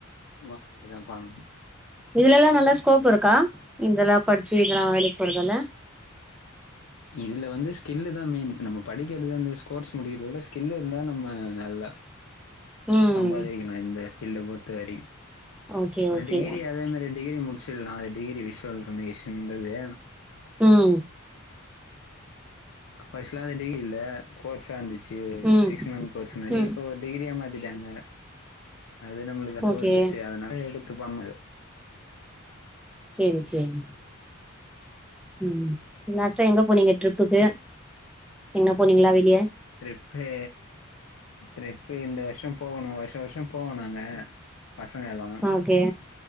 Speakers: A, on the left; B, in the centre.
A: வாங்கிட்டுதா பண்
B: இதலலா நல்லா ஸ்கோப் இருக்கா இந்தலா படிச்சி இதலா வேலைக் போறதல்ல
A: இதுல வந்து ஸ்கில்லுதா மெயினு நம்ம படிக்கிறது அந்த ஸ்கோர்ஸ் முடிக்கிறத விட ஸ்கில்லு இருந்தா நம்ம நல்லா
B: ம்
A: சம்பாதிக்கலா இந்த ஃபீல்ட பொறுத்த வரி
B: ஓகே
A: ஒரு
B: ஓகே
A: டிகிரி அதே மாரி டிகிரி முடி ச்சில்லா அது டிகிரி விஷ்வல் கம்யூனிகேஷன்றது
B: ம்
A: <inaudible> ஃபஸ்ட்லா வந்து டிகிரி இல்ல கோர்ஸா இருந்துச்சு ஒரு
B: ம்
A: சிக்ஸ் மந்த் கோர்ஸ் மரி
B: ம்
A: இப்ப ஒரு டிகிரியா மாத்திட்டாங்க அது நம்முளுக்கு அதுவு
B: ஓகே
A: ஒரு பெஸ்ட்டு அதுனால எடுத்து பண்ணது
B: சேரி சேரி ம் லாஸ்ட்டா எங்க போனீங்க ட்ரிப்புக்கு எங்க போனீங்ளா வெளிய
A: ட்ரிப்பு ட்ரிப்பு இந்த வர்ஷோ போகணு வர்ஷோ வர்ஷோ போவோ நாங்க பசங்க எல்லா
B: ஓகே